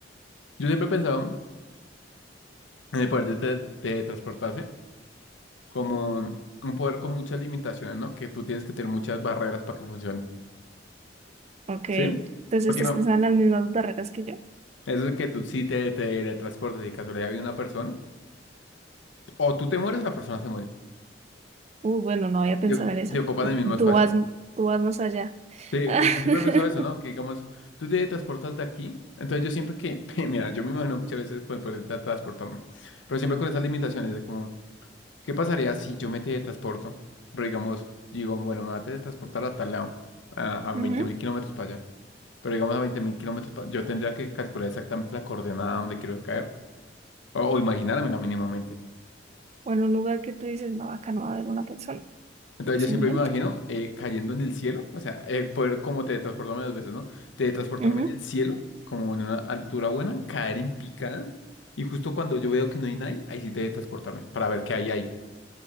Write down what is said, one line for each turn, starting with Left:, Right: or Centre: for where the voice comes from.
Left: Yo siempre he pensado en el poder de, de de transportarse. como un poder con muchas limitaciones, ¿no? Que tú tienes que tener muchas barreras para que funcione,
Right: Ok,
Left: ¿sí?
Right: entonces
Left: Porque
Right: estás
Left: no,
Right: pensando en las mismas barreras que yo.
Left: eso de que tú sí te, te teletransportas y de casualidad viene una persona, o tú te mueres o la persona se muere,
Right: Uh, bueno, no había pensado
Left: y o-
Right: en esa.
Left: se ocupan
Right: Tú,
Left: el mismo espacio.
Right: tú vas, tú vas más allá.
Left: Sí,
Right: <laughs>
Left: yo siempre he pensado eso, ¿no? Que digamos, tú te transportas de aquí, entonces yo siempre que, <laughs> mira, yo me imagino muchas veces con el poder de transportarme, pero siempre con esas limitaciones de como, ¿qué pasaría si yo me teletransporto? Pero digamos, digo, bueno, me voy a teletransportar a tal lado, a, a veinte
Right: Ujú.
Left: mil kilómetros para allá. Pero digamos a 20.000 kilómetros, pa- yo tendría que calcular exactamente la coordenada donde quiero caer, o, o imaginármela mínimamente.
Right: O en un lugar que tú dices, no, acá no va a haber una persona,
Left: Entonces
Right: posiblemente.
Left: yo siempre me imagino eh, cayendo en el cielo, o sea, eh, poder como teletransportarme dos veces, ¿no? Teletransportarme
Right: Ujú.
Left: en el cielo, como en una altura buena, caer en picada, y justo cuando yo veo que no hay nadie, ahí sí teletransportarme, para ver qué hay ahí.